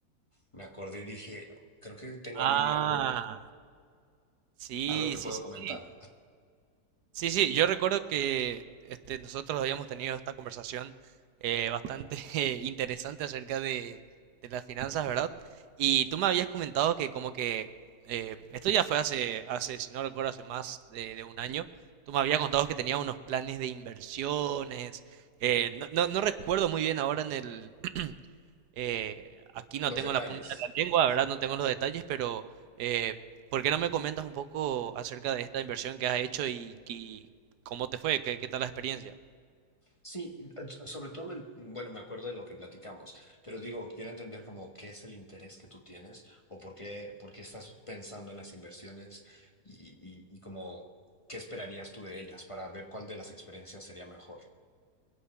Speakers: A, on the left; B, on the right.
A: me acordé y dije, creo que tengo
B: Ah,
A: allí algo
B: sí,
A: Algo que
B: sí,
A: puedo
B: sí,
A: comentar.
B: sí. Sí, sí, yo recuerdo que este, nosotros habíamos tenido esta conversación eh, bastante <laughs> eh, interesante acerca de, de las finanzas, ¿verdad? Y tú me habías comentado que como que eh, esto ya fue hace, hace, si no recuerdo, hace más de, de un año. Tú me habías contado que tenías unos planes de inversiones. eh, no, no, no recuerdo muy bien ahora en el <clears throat> Eh, aquí no
A: Los
B: tengo
A: detalles.
B: la punta de la lengua, ¿verdad? No tengo los detalles, pero eh, ¿por qué no me comentas un poco acerca de esta inversión que has hecho y, y cómo te fue? ¿Qué, qué tal la experiencia?
A: Sí, eh, sobre todo, me- bueno, me acuerdo de lo que platicamos, pero digo, quiero entender como qué es el interés que tú tienes o por qué, por qué estás pensando en las inversiones y, y, y como qué esperarías tú de ellas para ver cuál de las experiencias sería mejor.